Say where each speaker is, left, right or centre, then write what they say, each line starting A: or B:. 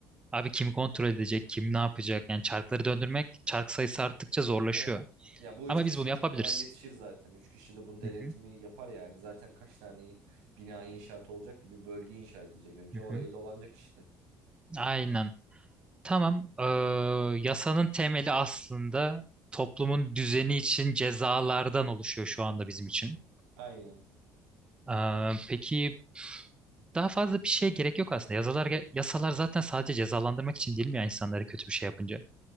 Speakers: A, on the right; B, on the right.
A: abi kim kontrol edecek, kim ne yapacak? Yani çarkları döndürmek çark sayısı arttıkça zorlaşıyor.
B: Evet. Ya bu
A: Ama
B: üç kişi
A: biz bunu
B: de
A: yapabiliriz.
B: çok kolay yetişir zaten. Üç kişi de bunun denetimi
A: Hı hı.
B: yapar yani. Zaten kaç tane bina inşaat olacak gibi bölge inşa edilecek önce
A: Hı
B: orayı
A: hı.
B: dolanacak işte.
A: Aynen. Tamam. Ee, yasanın temeli aslında toplumun düzeni için cezalardan oluşuyor şu anda bizim için.
B: Aynen.
A: Ee, peki daha fazla bir şeye gerek yok aslında. Yasalar, yasalar zaten sadece cezalandırmak için değil mi ya insanları kötü bir şey yapınca?